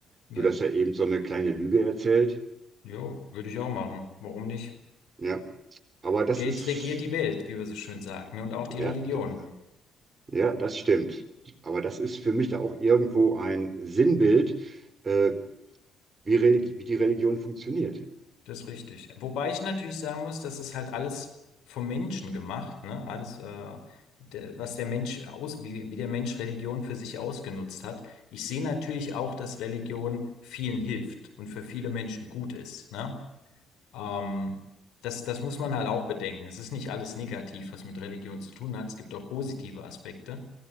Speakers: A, on the left; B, on the right.
A: Ja.
B: Nur, dass er eben so eine kleine Lüge erzählt.
A: Jo, würde ich auch machen. Warum nicht?
B: Ja, aber das
A: Geld
B: ist,
A: regiert die Welt, wie wir so schön sagen, ne? Und auch die
B: ja,
A: Religion.
B: d- ja, das stimmt. Aber das ist für mich da auch irgendwo ein Sinnbild, äh, wie, Religi wie die Religion funktioniert.
A: Das ist richtig. Wobei ich natürlich sagen muss, das ist halt alles vom Menschen gemacht, ne? Alles, äh, der, was der Mensch aus, wie, wie der Mensch Religion für sich ausgenutzt hat. Ich sehe natürlich auch, dass Religion vielen hilft und für viele Menschen gut ist, ne? Ähm, das, das muss man halt auch bedenken. Es ist nicht alles negativ, was mit Religion zu tun hat. Es gibt auch positive Aspekte.